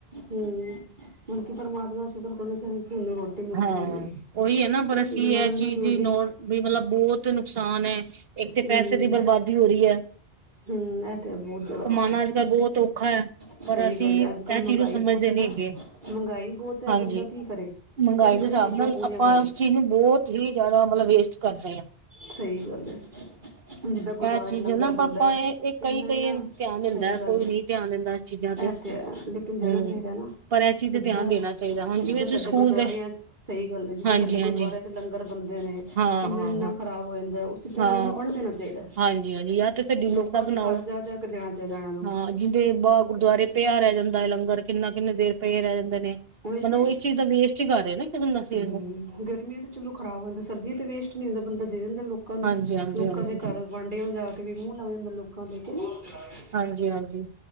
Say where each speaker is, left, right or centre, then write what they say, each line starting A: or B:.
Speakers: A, on the right; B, on the right.
A: ਹੂੰ ਮਤਲਬ ਕੀ ਪਰਮਾਤਮਾ ਸ਼ੁਕਰ ਕਰੋ ਹੁੰਦੀ ਰੋਟੀ ਮਿਲਦੀ
B: ਹਾਂ
A: ਹੈ
B: ਉਹੀ ਹੈ ਨਾ
A: ਕਿ
B: ਪਰ
A: ਨਹੀਂ
B: ਅਸੀਂ
A: ਜਿਹਨਾਂ
B: ਇਹ
A: ਨੂੰ ਨਹੀਂ
B: ਚੀਜ਼
A: ਮਿਲਦੀ
B: ਦੀ ਨੋ ਵੀ ਮਤਲਬ ਬਹੁਤ ਨੁਕਸਾਨ ਹੈ। ਇੱਕ ਤੇ
A: ਹਮ
B: ਪੈਸੇ ਦੀ ਬਰਬਾਦੀ ਹੋ ਰਹੀ ਹੈ।
A: ਹਮ ਇਹ ਤੇ ਬਹੁਤ ਜ਼ਿਆਦਾ
B: ਕਮਾਉਣਾ ਅੱਜ ਕੱਲ੍ਹ ਬਹੁਤ ਔਖਾ ਹੈ।
A: ਸਹੀ
B: ਪਰ ਅਸੀਂ
A: ਗੱਲ ਹੈ
B: ਇਹ
A: ਅੱਜ ਕੱਲ੍ਹ ਮਹਿੰਗਾਈ
B: ਚੀਜ਼ ਨੂੰ ਸਮਝਦੇ
A: ਬਹੁਤ ਹੈ
B: ਨਹੀਂ
A: ਨਾ
B: ਹੈਗੇ
A: ਮਹਿੰਗਾਈ ਬਹੁਤ ਹੈ
B: ਹਾਂਜੀ।
A: ਬੰਦਾ ਕੀ ਕਰੇ
B: ਮਹਿੰਗਾਈ
A: ਕਿਹੜੀ ਕਿਹੜੀ
B: ਦੇ ਹਿਸਾਬ
A: ਚੀਜ਼ਾਂ
B: ਨਾਲ
A: ਪੂਰੀਆਂ
B: ਆਪਾਂ
A: ਕਰੇ
B: ਉਸ ਚੀਜ਼ ਨੂੰ ਬਹੁਤ ਹੀ ਜ਼ਿਆਦਾ ਮਤਲਬ ਵੇਸਟ ਕਰਦੇ ਆਂ।
A: ਸਹੀ ਗੱਲ ਏ। ਜਿੱਦਾਂ ਗੁਰਦੁਆਰੇ
B: ਇਹ ਚੀਜ਼
A: 'ਚ ਲੰਗਰ
B: ਨਾ ਪਾਪਾ
A: ਬਣਦਾ
B: ਇਹ
A: ਇੰਨਾ-ਇੰਨਾ
B: ਕਈ ਕਈ ਧਿਆਨ ਦਿੰਦਾ
A: ਸਹੀ ਗੱਲ
B: ਕੋਈ
A: ਏ।
B: ਨਹੀਂ ਧਿਆਨ ਦਿੰਦਾ ਇਸ ਚੀਜ਼ਾਂ
A: ਇਹ ਤੇ ਹੈ ਲੇਕਿਨ ਦੇਣਾ
B: ਹੂੰ
A: ਚਾਹੀਦਾ ਨਾ
B: ਪਰ ਇਹ ਚੀਜ਼ ਤੇ ਧਿਆਨ
A: ਜਿੱਦਾਂ
B: ਦੇਣਾ ਚਾਹੀਦਾ ਹੁਣ ਜਿਵੇਂ
A: ਤੇ
B: ਤੁਸੀਂ
A: ਸਾਡੇ
B: ਸਕੂਲ
A: ਗੁਰੂ ਗੁਰਦੁਆਰਿਆਂ
B: ਦੇ
A: ਸਹੀ ਗੱਲ ਜਿੱਦਾਂ
B: ਹਾਂਜੀ
A: ਸਾਡੇ ਗੁਰਦੁਆਰਿਆਂ
B: ਹਾਂਜੀ
A: 'ਚ ਲੰਗਰ ਬਣਦੇ ਨੇ
B: ਹਾਂ
A: ਇੰਨਾ
B: ਹਾਂ
A: ਇੰਨਾ
B: ਹਾਂ
A: ਖ਼ਰਾਬ ਹੋ ਜਾਂਦਾ ਉ ਸ ਤ ਇਹਨਾਂ
B: ਹਾਂ
A: ਨੂੰ ਵੰਡ ਦੇਣਾ ਚਾਹੀਦਾ
B: ਹਾਂਜੀ ਹਾਂਜੀ ਜਾਂ ਤੇ ਫਿਰ ਲਿਮਿਟ
A: ਲੋਕਾਂ
B: ਦਾ ਬਣਾਓ
A: ਦੇ ਘਰ ਜਾ- ਜਾ ਕੇ ਦੇਣਾ ਚਾਹੀਦਾ ਇਹਨਾਂ ਨੂੰ
B: ਹਾਂ ਜਿਹਦੇ ਬਾਹ ਗੁਰਦੁਆਰੇ ਪਿਆ ਰਿਆ ਜਾਂਦਾ ਏ ਲੰਗਰ ਕਿੰਨਾ ਕਿੰਨੇ ਦੇਰ ਪਏ ਰਹਿ ਜਾਂਦੇ ਨੇ
A: ਉਹੀ
B: ਮਤਲਬ
A: ਤੇ
B: ਉਹ ਇਸ ਚੀਜ਼ ਦਾ ਵੇਸਟ ਹੀ ਕਰ ਰਹੇ ਨਾ ਕਿਸਮ ਦਾ ਸੀ
A: ਹੂੰ
B: ਉਹਨੂੰ
A: ਗਰਮੀਆਂ ਤੇ ਚਲੋ ਖਰਾਬ ਹੋ ਜਾਂਦਾ ਸਰਦੀਆਂ ਤੇ ਵੇਸਟ ਨਹੀਂ ਹੁੰਦਾ ਬੰਦਾ ਦੇ ਦਿੰਦਾ ਲੋਕਾਂ ਨੂੰ
B: ਹਾਂਜੀ ਹਾਂਜੀ
A: ਲੋਕਾਂ
B: ਹਾਂਜੀ
A: ਦੇ ਘਰ ਵੰਡ ਓ ਜਾ ਕੇ ਵੀ ਮੂੰਹ ਲੱਗ ਜਾਂਦਾ ਲੋਕਾਂ ਦੇ ਕਹ <unintelligible>
B: ਹਾਂਜੀ- ਹਾਂਜੀ